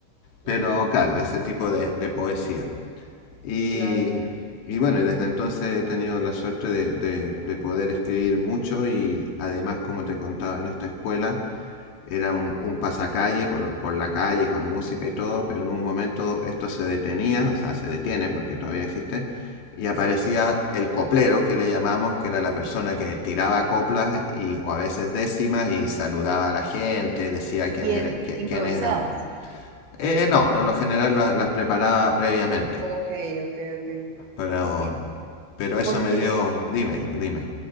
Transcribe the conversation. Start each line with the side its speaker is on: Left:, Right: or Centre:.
Left: pero
Right: Ujú,
Left: claro, ese tipo de, de poesía. Y,
Right: Claro,
Left: y bueno, y desde entonces he tenido la suerte de, de- de poder escribir mucho y además, como te contaba, en esta escuela era un, un pasacalle por, por la calle con música y todo, pero en un momento esto se detenía, o sea, se detiene porque todavía existe, y aparecía
Right: sí.
Left: el coplero que le llamamos, que era la persona que tiraba coplas y, o a veces décimas y saludaba a la gente, decía quién,
Right: Y
Left: era,
Right: es
Left: qué-
Right: improvisadas.
Left: quiénes éramos. Eh, no, por lo general la- las preparaba previamente.
Right: Ok, ok, ok.
Left: Pero,
Right: Ok,
Left: pero eso
Right: porque
Left: me dio, dime, dime.